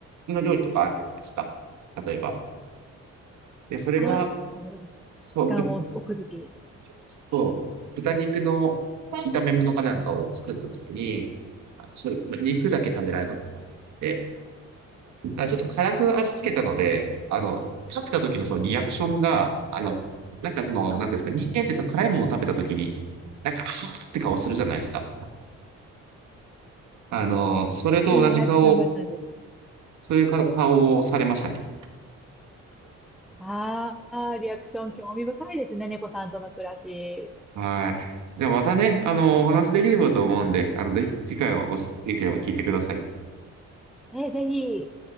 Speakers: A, on the right (about 70°); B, in the centre.
A: の料理とかあるじゃないですか。例えば。で、それが、
B: あ、あの、
A: そう、
B: 時間を置くとき、
A: ぶそう、豚肉の炒め物かなんかを作ったときに、あの、それ、ま肉だけ食べられたことがあって、あ、ちょっと辛く味付けたので、あの、食べた時のそのリアクションが、あの、なんかその、なんていうんですか、人間ってさ、辛いものを食べた時に、なんか、はーって顔するじゃないですか。あの、それと同じ顔、
B: そういうリアクションだったんです。
A: そういうか顔をされましたね。
B: ああ、リアクション興味深いですね、猫さんとの暮らし。
A: はい。じゃあまたね、あの、お話できればと思うんで、あの、ぜひ次回はおし、できれば聞いてください。
B: え、ぜひ、